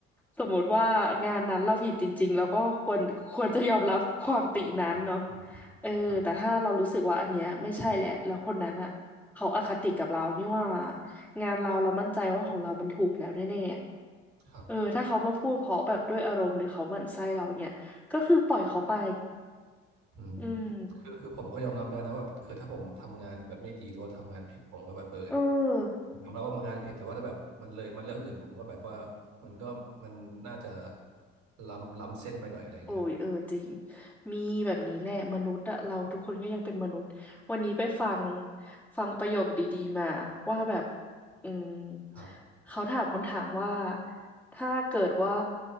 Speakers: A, in the centre; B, on the right.
A: สมมุติว่างานนั้นเราผิดจริงๆแล้วก็ควรควรจะยอมรับความตินั้นเนาะ
B: ครับอืมอืมครับ
A: เออแต่ถ้าเรารู้สึกว่าอันเนี้ยไม่ใช่แหละแล้วคนนั้นอะ เขาอคติกับเรานี่ว่างานเราเรามั่นใจว่าของเรามันถูกแล้วแน่ๆเออถ้าเขามาพูดเพราะแบบด้วยอารมณ์หรือเขาหมั่นไส้เราเนี่ย
B: ครับ
A: ก็คือปล่อยเขาไป
B: อืม
A: อืม
B: คือคือผมก็ยอมรับได้นะว่าแบบเออถ้าผมทำงานแบบไม่ดีหรือว่าทำงานผิดผมก็แบบเออ
A: เออ
B: ผมยอมรับว่ามันงานผิดแต่ว่าถ้าแบบมันเลยมันเรื่องอื่นผมก็แบบว่ามันก็มันน่าจะล้ำล้ำเส้นไปหน่อยอะไรเงี้ยครับ
A: โอ้ยเออจริงมีแบบนี้แหละมนุษย์อะเราทุกคนก็ยังเป็นมนุษย์วันนี้ไปฟัง
B: ครับ
A: ฟังประโยคดีๆมาว่าแบบอืม
B: ครับ
A: เขาถามคำถามว่าถ้าเกิดว่า